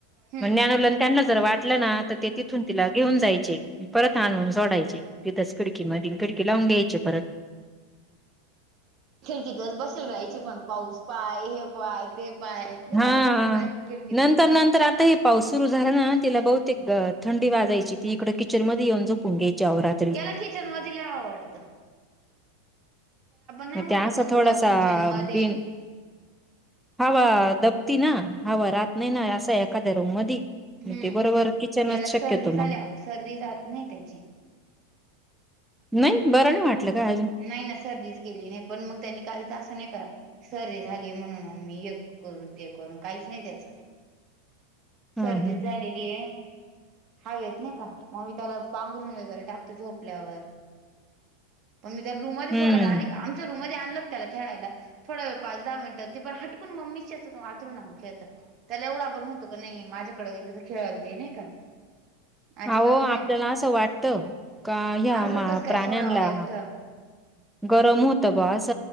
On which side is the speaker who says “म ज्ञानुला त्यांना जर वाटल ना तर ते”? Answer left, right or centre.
Centre